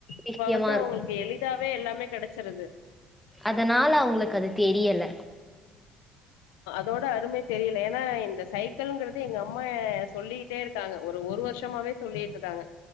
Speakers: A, on the left (about 80°); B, in the centre.
A: இப்ப
B: விஷயமா
A: வந்து அவங்களுக்கு
B: இருக்கும்
A: எளிதாவே எல்லாம் மே கெடச்சிறது
B: அதனால அவங்குளுக் கது தெரியல
A: தோட அருமை தெரியில ஏன்னா இந்த ஸ் சைக்களுங்குறது எங்க அம்மா சொல்லிகிட்டே இருக்காங்க ஒரு ஒரு வர்ஷமாவே சொல்லிட்டு இருக்காங்க